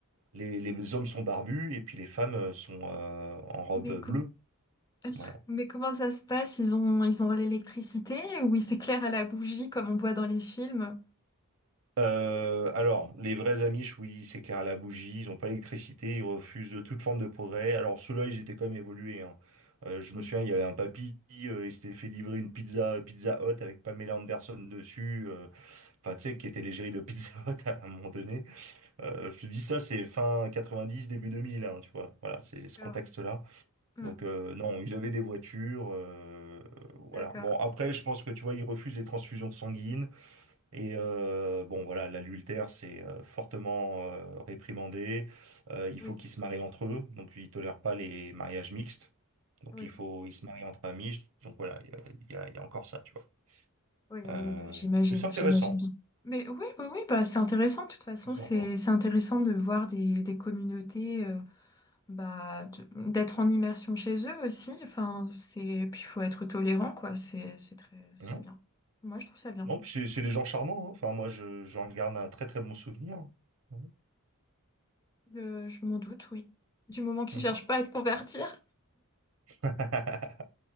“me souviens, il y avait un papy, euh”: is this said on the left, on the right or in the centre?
Right